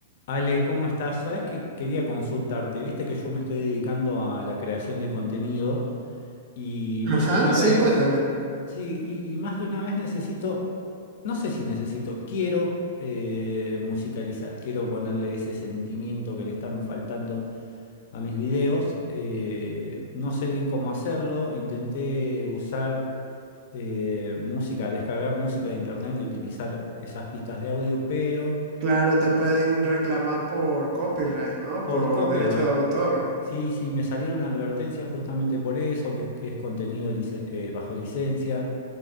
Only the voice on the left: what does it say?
Ale, ¿cómo estás? Sabes que quería consultarte. Viste que yo me estoy dedicando a la creación de contenido y
más de una
vez,
sí, y, y más de una vez necesito, no sé si necesito, quiero eh, musicalizar, quiero ponerle ese sentimiento que le están faltando a mis videos. Eh, no sé bien cómo hacerlo, intenté usar eh, música, descargar música de internet y utilizar esas pistas de audio, pero
por
copyright.
Sí, sí, me salieron advertencias justamente por eso, que es, que es contenido licen- eh, bajo licencia.